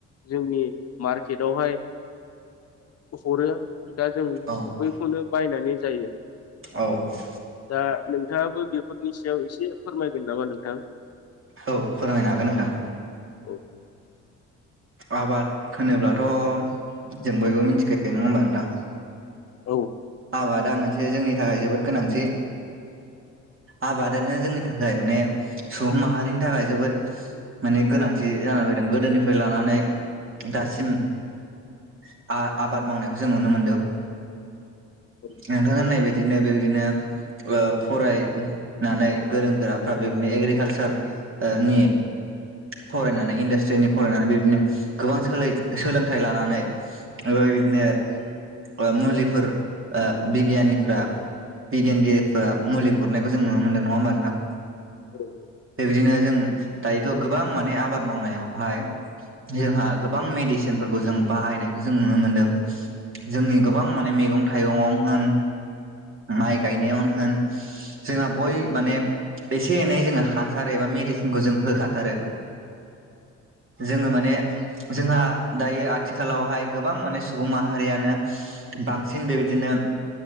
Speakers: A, on the left; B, on the right.
A: जोंनि मारकेटआवहाय हरो दा जों
B: औ
A: बैखौनो बायनानै जायो।
B: औ
A: दा नोंथाङाबो बेफोरनि सायाव एसे फोरमायगोन नामा नोंथां?
B: औ फोरमायनो हागोन नोंथां।
A: औ
B: आबाद होनोब्लाथ' जों बयबो मिथिखायो नङा होमबा नोंथां।
A: औ
B: आबादा मोनसे जोंनि थाखाय जोबोद गोनांथि। आबादानो जोंनि थाखाय माने सुबुं माहारिनि थाखाय जोबोद माने गोनांथि जा जाना फैदों। गोदोनिफ्राय लानानै दासिम आ आबाद मावनायखौ जों नुनो मोनदों।
A: औ
B: नोंथां होननाय बायद दिनो बेबिदिनो फरायनानै गोरों गोराफ्रा बेबायदिनो एग्रिकालसार ओ नि फरायनानै इन्डास्ट्रिनि फरायनानै बेबिदिनो गोबां सोलोंथाइ लानानै। ओफाय बिदिनो ओ मुलिफोर ओ बिगियानिफ्रा बिगियानगिरिफ्रा मुलि हरनायखौ जों नुनो मोनदों, नङा होमबा नोंथां।
A: औ औ
B: बिदिनो जों दायोथ' गोबां माने आबाद मावनायावहाय। जोंहा गोबां मेडिसिनफोरखौ जों बाहायनायखौ जों नुनो मोनदों। जोंनि गोबां
A: औ
B: माने मैगं थाइगङाव होन। माइ गायनायावनो होन जोंहा बय माने एसे एनै जोङो हासार एबा मेडिसिनखौ जों होखाथारो। जोङो माने जोंहा दायो। आथिखालावहाय गोबां माने सुबुं माहारियानो बां सिन बेबायदिनो